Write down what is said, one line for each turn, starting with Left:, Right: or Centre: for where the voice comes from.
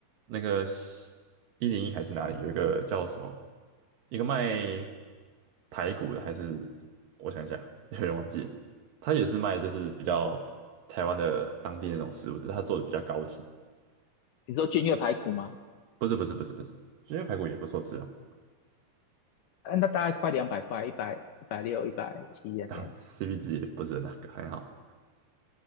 Right: 那个一零一还是哪里，有一个叫什么，一个卖排骨的，还是我想一下，<laughs> 有点忘记了。他也是卖就是比较台湾的当地那种食物，只是他做的比较高级。
Left: 你说君越排骨吗？
Right: 不是不是不是不是，因为排骨也不错吃啊，
Left: 啊那大概快两百块，一百一百六、一百七那边。
Right: 啊 CP <laughs> 值也不是那个很好。